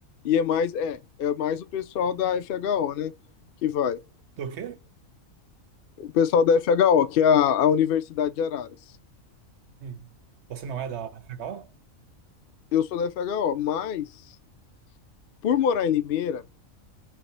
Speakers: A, on the left (about 65°); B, on the right (about 55°).
A: E é mais, é, é mais o pessoal da FHO, né? Que vai.
B: Do quê?
A: O pessoal da FHO, que é a, a Universidade de Araras.
B: Hum, você não é da FEGAL?
A: Eu sou da FHO, mas por morar em Limeira,